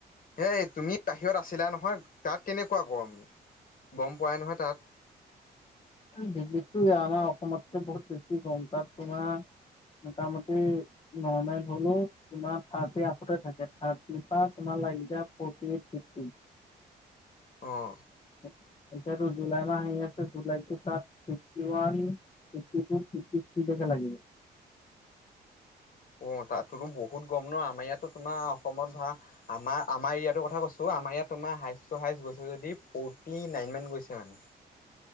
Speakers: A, on the left; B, on the left.
A: হেই তুমি বাহিৰত আছিলা নহয় তাত কেনেকুৱা গৰম? গম পোৱাই নহয় তাত
B: আৰে দিল্লীতটো এয়া আমা অসমতকৈ বহুত বেছি কম। তাত তোমা মোটামুটি নৰ্মেল হ'লেও তোমা থাৰ্টী আফতাৰ থাকে, থাৰ্টি তাত তোমা লাগি যায় ফৰ্টি এইট, ফিফটি।
A: অ'।
B: <inaudible> ইয়াতো জুলাই মাহ আহি আছে জুলাইটোত তাত fifty one, fifty two, fifty থ্ৰীলৈকে লাগিব।
A: অ' তাততোটো বহুত গম ন? আমাৰ ইয়াতো তোমাৰ অসমত ধৰা আমাৰ-আমাৰ এৰিয়াটো কথা কৈছো আমাৰ ইয়াত তোমাৰ হাইষ্ট টু হাইষ্ট গৈছে যদি ফৰ্টি নাইন মান গৈছে মানে।